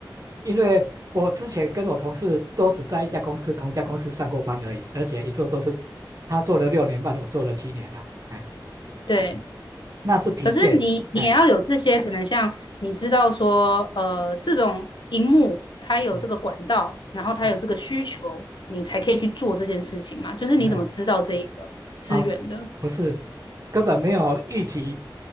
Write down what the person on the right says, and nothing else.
因为我之前跟我同事都只在一家公司，同一家公司上过班而已，而且一做都是他做了六年半，我做了七年了，哎，
那是疲倦，
哎，
嗯，
啊，
没有，啊，不是，根本没有预期。